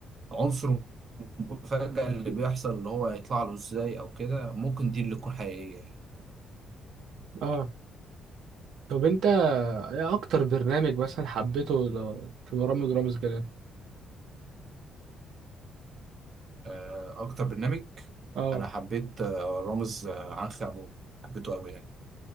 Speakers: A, on the right; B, on the right.
A: عنصر المفاجأة اللي بيحصل اللي هو هيطلع له ازاي او كده ممكن دي اللي تكون حقيقية يعني
B: اه طب انت ايه اكتر برنامج مثلا حبيته ل- في برامج رامز جلال
A: آه، اكتر برنامج
B: اه
A: انا حبيت آه، رامز آه، عنخ عمون حبيته قوي يعني